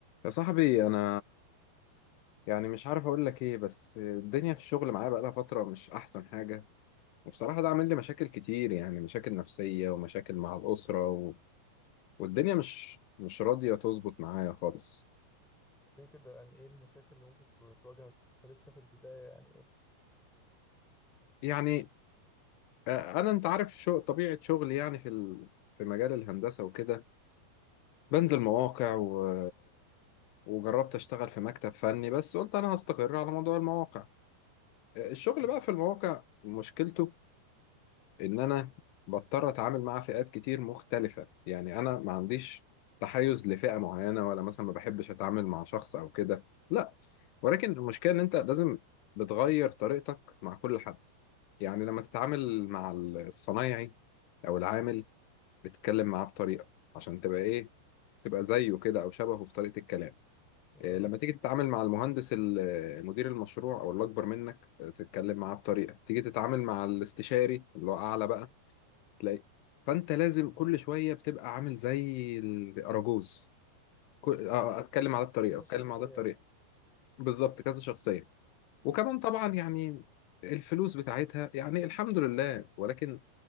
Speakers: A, on the left; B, in the centre.
A: يا صاحبي انا يعني مش عارف اقول لك ايه بس الدنيا في الشغل معايا بقالها فتره مش احسن حاجه وبصراحه ده عامل لي مشاكل كتير يعني مشاكل نفسيه ومشاكل مع الاسره و... والدنيا مش مش راضيه تظبط معايا خالص
B: ليه كده يعني ايه المشاكل اللي ممكن تواجهك انت لسه في البداية يعني قول لي
A: يعني آه، انا انت عارف شو... طبيعه شغلي يعني في ال... في مجال الهندسه وكده بنزل مواقع و... وجربت اشتغل في مكتب فني بس قلت انا هستقر على موضوع المواقع آه، الشغل
B: مم.
A: بقى في المواقع مشكلته ان انا بضطر اتعامل مع فئات كتير مختلفة يعني انا ما عنديش تحيز لفئة معينة ولا مثلا ما بحبش اتعامل مع شخص او كده لا ولكن المشكلة ان انت لازم بتغير طريقتك مع كل حد يعني لما تتعامل مع الصنايعي او العامل بتتكلم معاه بطريقة عشان تبقى ايه تبقى زيه كده او شبهه في طريقة الكلام
B: اه
A: إيه، لما تيجي
B: صح.
A: تتعامل مع المهندس ال- مدير المشروع او اللي اكبر منك آه، تتكلم معاه بطريقة تيجي تتعامل مع الاستشاري اللي هو اعلى بقى تلاقي فانت لازم
B: مم.
A: كل شويه بتبقى عامل زي الاراجوز كل... آه،
B: مم.
A: آه، اتكلم على ده بطريقه
B: بكذا
A: اتكلم
B: شخصية
A: على ده بطريقه
B: يعني
A: بالظبط كذا شخصيه وكمان طبعا يعني الفلوس بتاعتها يعني الحمد لله ولكن